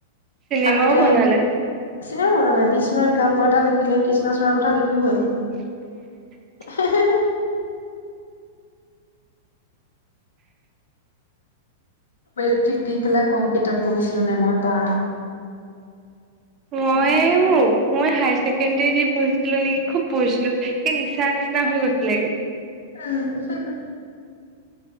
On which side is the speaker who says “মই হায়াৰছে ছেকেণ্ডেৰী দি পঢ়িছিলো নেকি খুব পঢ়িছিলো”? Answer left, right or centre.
Right